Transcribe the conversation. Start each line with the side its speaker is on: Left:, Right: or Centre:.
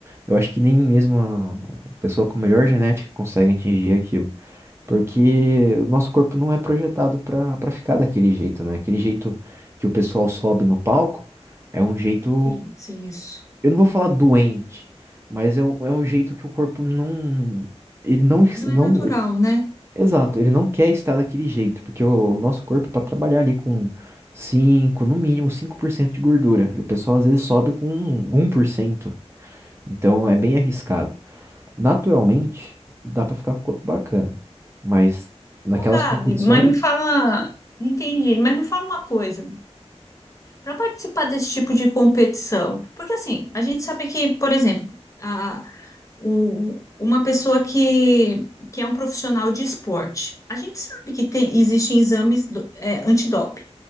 Right: Eu acho que nem mesmo a pessoa com melhor genética consegue atingir aquilo. Porque o nosso corpo não é projetado para para ficar daquele jeito, né? Aquele jeito que o pessoal sobe no palco é um jeito.
Left: sim, sim, isso.
Right: Eu não vou falar doente, mas é um, é um jeito que o corpo não. Ele não,
Left: Não
Right: não.
Left: é natural, né?
Right: Exato, ele não quer estar daquele jeito, porque o, o nosso corpo é para trabalhar ali com 5, no mínimo 5% de gordura. E o pessoal às vezes sobe com um por cento, então é bem arriscado. Naturalmente, dá para ficar com o corpo bacana, mas naquelas
Left: Ô, Gabi,
Right: competições,
Left: mas me fala, entendi, mas me fala uma coisa, para participar desse tipo de competição, porque assim, a gente sabe que, por exemplo, a, o, uma pessoa que, que é um profissional de esporte, a gente sabe que tem, existem exames do, é, antidoping,